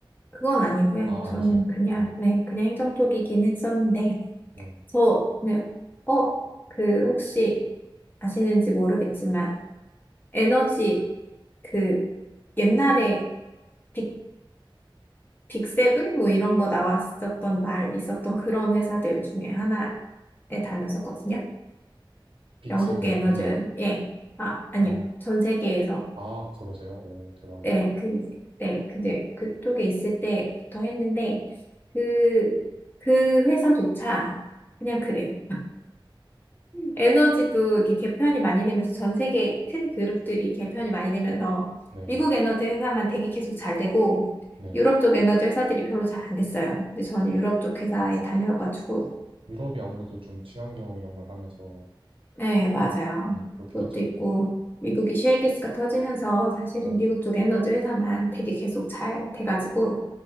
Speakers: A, on the left; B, on the right.
A: 그건 아니고요.
B: 아,
A: 저는
B: 아니세요?
A: 그냥,
B: 네,
A: 네, 그냥 행정 쪽이긴 했었는데,
B: 네.
A: 저, 네. 어, 그, 혹시 아시는지 모르겠지만, 에너지, 그, 옛날에 빅, 빅세븐? 뭐 이런 거 나왔었던 말, 있었던 그런 회사들 중에 하나에 다녔었거든요.
B: 빅세븐이
A: 영국의 에너지,
B: 우리나라?
A: 예. 아, 아니요.
B: 어,
A: 전 세계에서.
B: 아, 그러세요? 오, 대박이다.
A: 네, 그, 네, 그제 그쪽에 있을 때부터 했는데, 그, 그 회사조차 그냥 그래요. 에너지도 이렇게 개편이 많이 되면서 전 세계 큰 그룹들이 개편이 많이 되면서
B: 네,
A: 미국 에너지 회사만 되게 계속 잘 되고
B: 네.
A: 유럽 쪽 에너지 회사들이 별로 잘 안 됐어요. 근데 저는 유럽 쪽 회사에 다녀가지고
B: 유럽이 아무래도 좀 친환경 이런 걸 하면서
A: 네, 맞아요.
B: 많이 그렇게
A: 그것도
B: 됐지 않나요?
A: 있고 미국이 셰일가스가 터지면서 사실은
B: 음,
A: 미국 쪽 에너지 회사만 되게 계속 잘 돼가지고